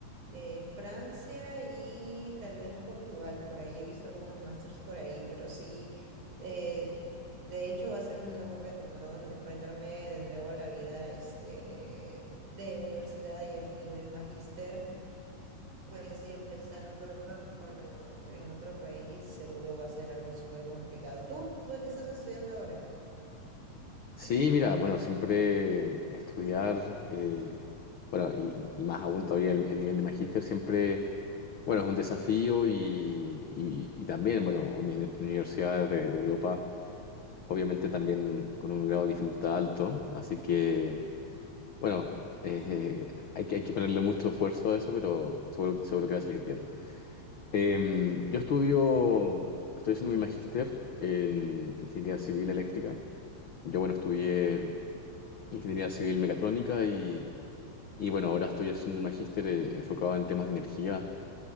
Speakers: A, on the right; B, on the left.
A: Eh, Francia y tal vez Portugal, por ahí he visto algunos másters por ahí, pero sí, eh, de hecho va a ser un nuevo reto, ¿no? Enfrentarme de nuevo a la vida, este, de universidad ya a nivel magíster pues sí, empezándolo con otro- en otro país seguro va a ser algo súper complicado. ¿Tú? ¿Tú de qué estás estudiando ahora?
B: Sí, mira, bueno, siempre estudiar, eh, bueno, y, y más aún todavía el, el nivel de magíster, siempre, bueno, es un desafío y, y- y también, bueno, uni- en universidades de, de Europa, obviamente también con un grado de dificultad alto, así que, bueno, eh, hay, que hay que ponerle mucho esfuerzo a eso, pero seguro, seguro que va a salir bien. Em, yo estudio, estoy haciendo mi magíster en ingeniería civil eléctrica. Yo, bueno, estudié ingeniería civil mecatrónica y, y, bueno, ahora estoy haciendo un magíster eh, enfocado en temas de energía.